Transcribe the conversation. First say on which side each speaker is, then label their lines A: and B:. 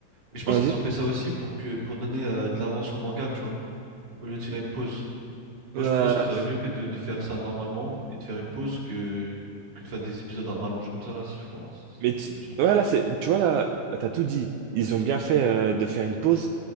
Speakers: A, on the right; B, on the right.
A: mais je pense
B: vas-y.
A: qu'ils ont fait ça aussi pour que pour donner euh, de l'avance au manga, tu vois, au lieu de faire une pause. Moi,
B: Euh,
A: je pense qu'ils auraient mieux fait de, de faire ça normalement et de faire une pause que, que de faire des épisodes à rallonge comme ça, là. C'est oh, c'est
B: mais tu-
A: inutile.
B: voilà, c'est, tu vois là, t'as tout dit. Ils ont bien fait euh, de faire une pause